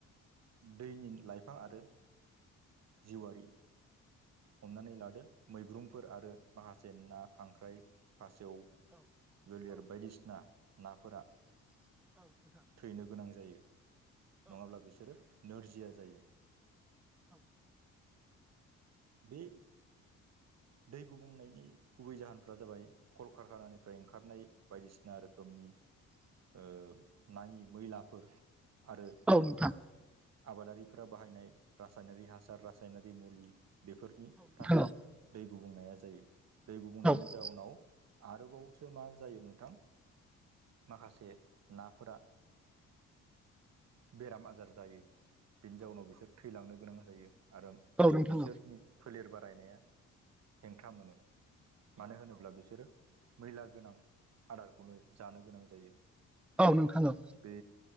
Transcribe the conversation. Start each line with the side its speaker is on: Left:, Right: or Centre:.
Right: दैनि लाइफां आरो जिवारि हमनानै लादो मैब्रुंफोर आरो माखासे ना खांख्राइ खासेव गोलेर बायदिसिना नाफोरा थैनो गोनां जायो नङाब्ला बिसोरो नोरजिया जायो। बे दै गुबुंनायनि गुबै जाहोनफ्रा जाबाय कलकारखानानिफ्राय ओंखारनाय बायदिसिना रोखोमनि ओह नाङि मैलाफोर आरो
Centre: औ नोंथां
Right: आबादारिफोरा बाहायनाय रासायनारि हासार रासायनारि मुलि बेफोर नि थाखाय
Centre: औ औ
Right: दै गुबुंनाया जायो दै गुबुंनायनि
Centre: औ
Right: जाउनाव आरोबावसो मा जायो नोंथां माखासे नाफोरा बेराम आजार जायो। बिनि जाउनाव बिसोर थैलांनो गोनां जायो आरो
Centre: औ नोंथां
Right: बिसोरनि फोलेर बारायनाया हेंथा मोनो मानो होनोब्ला बिसोरो मैला गोनां आदारखौनो जानो गोनां जायो।
Centre: औ नोंथां औ
Right: बे